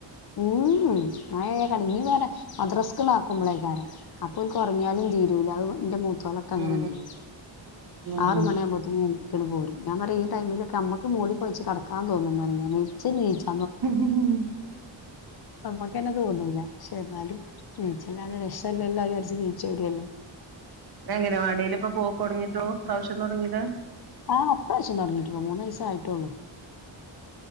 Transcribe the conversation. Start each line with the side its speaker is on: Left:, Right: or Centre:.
Left: ഊം ഉം മഴായ കളിഞ്ഞ വേറെ മദ്രസക്ക് ങ്ങട്ട്. ആാക്കുമ്പളേക്കാരം അപ്പ ഓൽക്ക് ഉറങ്ങ്യാലും തീരൂല അത് എന്റെ മൂത്ത തോലൊക്കെങ്ങനെ
Right: ഉം
Left: ന്നേ നീം
Right: ഉം
Left: ആറ് മണി ആകുമ്പോതിനെ ന്നേ നീച്ചങ്ങട് പോരും ഞാൻ പറയും ഈ ടൈമിലൊക്കെ നമ്മക്ക് മൂടി പോയിച്ച് കടക്കാ തോന്നും പറിമ് ഞൻഇച്ച് നീച്ചാ
Right: ഹ്ഹ്ഹ്
Left: പ്പ മക്കെന്നെ തോന്നൂല പക്ഷെ എന്നാലും നീച്ചല്ലാതെ രക്ഷല്ലല്ലോ അഹ് വിചാരിച്ച് നീചോരാണ്
Right: അംഗനവാടില്പ്പോ പോക്കൊട്ങ്ങിയിട്ടോള്ളു ഇപ്രാവശ്യം തൊടങ്ങിയത്
Left: ആഹാ ഇപ്രാശ്യം തൊടങ്ങിട്ടൊള്ളു മൂന്നയ്സ്സ് ആയിട്ടൊള്ളു